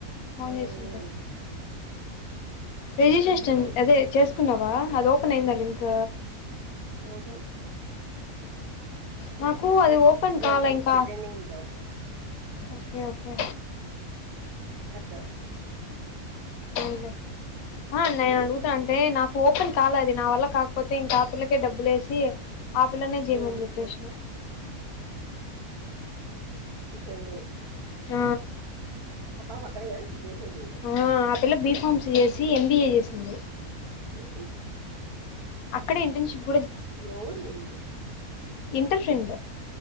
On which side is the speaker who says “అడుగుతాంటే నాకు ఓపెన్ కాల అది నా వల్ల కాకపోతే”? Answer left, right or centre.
Left